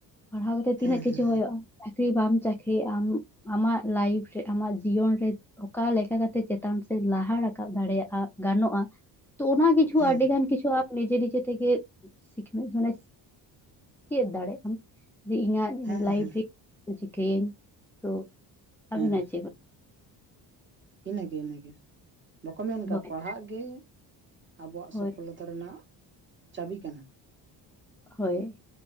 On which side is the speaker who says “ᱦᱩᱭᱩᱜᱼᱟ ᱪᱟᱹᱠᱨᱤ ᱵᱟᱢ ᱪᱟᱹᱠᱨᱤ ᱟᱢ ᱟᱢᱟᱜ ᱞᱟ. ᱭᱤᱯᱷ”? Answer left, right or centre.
Centre